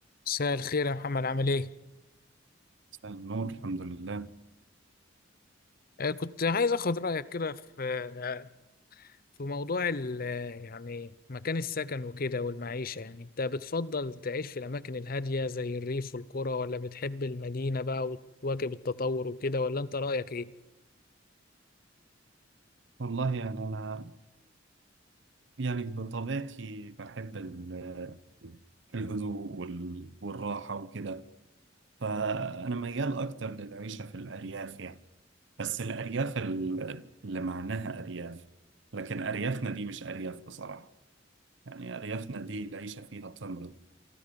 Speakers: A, on the left; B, on the right.
A: مساء الخير يا محمد عامل ايه؟
B: مساء النور الحمد لله
A: آه، كنت عايز اخد رأيك كده في آه، في موضوع ال- آه، يعني مكان السكن وكده والمعيشة يعني انت بتفضل تعيش في الأماكن الهادية زي الريف والقرى ولا بتحب المدينة بقى وتواكب التطور وكده ولا انت رأيك ايه؟
B: والله يعني أنا يعني بطبيعتي بحب ال- الهدوء وال- والراحة وكده فأنا ميال أكتر للعيشة في الأرياف يعني بس الأرياف ال- اللي معناها أرياف لكن أريافنا دي مش أرياف بصراحة يعني أريافنا دي العيشة فيها تمرض